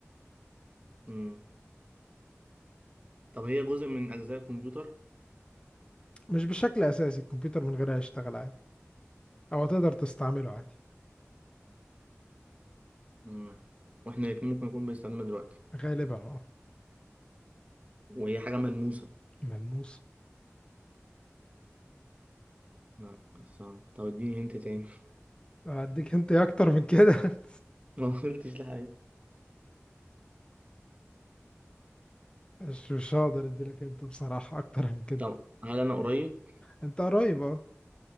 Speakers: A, on the right (about 30°); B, on the left (about 20°).
A: مم. طب هي جزء من أجزاء الكمبيوتر
B: مش بشكل اساسي الكمبيوتر من غيرها يشتغل عادي او تقدر تستعمله عادي
A: مم. وإحنا الاتنين ممكن نكون بنستعملها دلوقتي
B: غالبا اه
A: وهي حاجة ملموسة
B: ملموس
A: لا صعب طب اديني هنت تاني
B: اديك <laughs> انت اكتر من كده <laughs>
A: <laughs> ما قلتش لحاجة
B: مش مش هقدر اديلك انت بصراحة اكتر من كده
A: طب هل أنا قريب؟
B: انت قريب اه